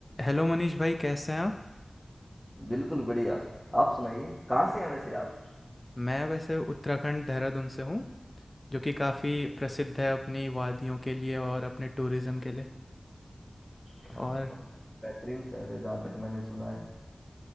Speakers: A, on the left (about 30°); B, in the centre.
A: Hello मनीष भाई कैसे हैं आप
B: बिल्कुल बढ़िया आप सुनाइए कहाँ से हैं वैसे आप
A: मैं वैसे उत्तराखंड देहरादून से हूँ जो कि काफ़ी प्रसिद्ध है अपनी वादियों के लिए और अपने टूरिज़्म के लिए
B: क्या
A: और
B: बात है बेहतरीन शहर है जहाँ तक मैंने सुना है